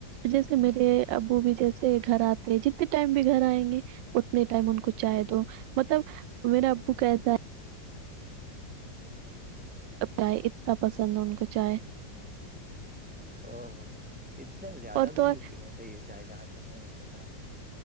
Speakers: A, on the right; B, in the centre.
A: جیسے میرے ابو بھی جیسے گھر آتے ہیں جتنے ٹائم بھی گھر آئیں گے اتنے ٹائم ان کو چائے دو مطلب میرا ابو کیسا ہے چائے اتنا پسند ہے ان کو چائے
B: او ہو اتنا زیادہ
A: اور
B: بھی
A: تو
B: نہیں
A: اور
B: پینا چاہیے چائے جہاں تک میں نے سنا ہے